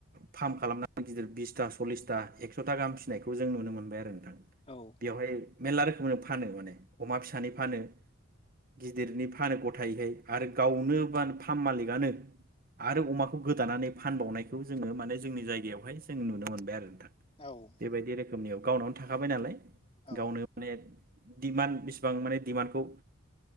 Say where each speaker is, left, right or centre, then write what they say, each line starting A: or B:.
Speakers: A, on the right; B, on the left.
A: फार्म खालामनानै गिदिर बिसथा सल्लिसथा एकस'था गाहाम फिसिनायखौ जों नुनो मोनबाय आरो।
B: औ
A: बेवहाय मेर्ला रोखोमनो फानो माने अमा फिसानि फानो गिदिरनि फानो गथायैहाय आरो गावनो गोब फार्म मालिकआनो आरो अमाखौ गोदानानै फानबावनायखौ जोङो माने जोंनि जायगायावहाय जों नुनो मोनबाय आरो।
B: औ
A: बेबायदि रो रोखोमनियाव गावनो थाखाबाय नालाय
B: औ
A: गावनो माने दिडमान्ड बेसिबां माने दिडमान्डखौ